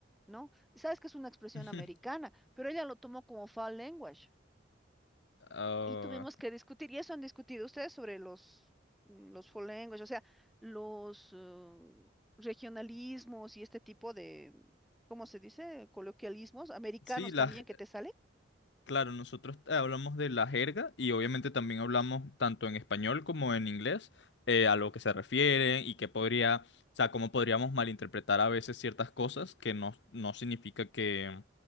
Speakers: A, in the centre; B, on the left.
A: ¿no? Sabes que es una expresión
B: <laughs>
A: americana, pero ella lo tomó como foul language
B: Ah,
A: y tuvimos que discutir, y eso han discutido ustedes sobre los, mm, los foul language, o sea, los eh, regionalismos y este tipo de, ¿cómo se dice? Coloquialismos americanos
B: sí, las
A: también que te sale.
B: Claro, nosotros eh, hablamos de la jerga y obviamente también hablamos tanto en español como en inglés eh, a lo que se refiere y que podría, o sea, cómo podríamos malinterpretar a veces ciertas cosas que no, no significa que,